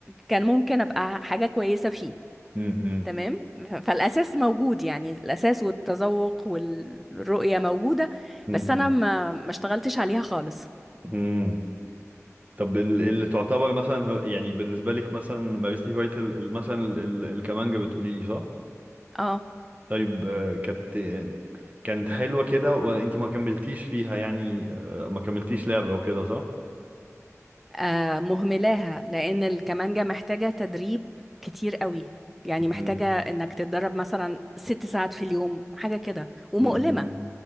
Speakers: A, in the centre; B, on the right.
A: كان ممكن ابقى حاجة كويسة فيه
B: امم
A: تمام ف- فالاساس موجود يعني الاساس والتذوق والرؤية موجودة
B: امم
A: بس انا ما ما اشتغلتش عليها خالص
B: امم طب ال- اللي تعتبر مثلا هو- يعني بالنسبة لك مثلا مارستي هواية ال- ال- مثلا ال- ال- الكمانجة بتقولي لي صح
A: اه
B: طيب آه، كانت آه، كانت حلوة كده وانتي ما كملتيش فيها يعني آه، ما كملتيش لعبة وكده صح؟
A: آه، مهملاها لان الكمانجة محتاجة تدريب كتير قوي يعني
B: مم.
A: محتاجة انك تتدرب مثلا ست ساعات في اليوم حاجة كده ومؤلمة
B: مم. مم.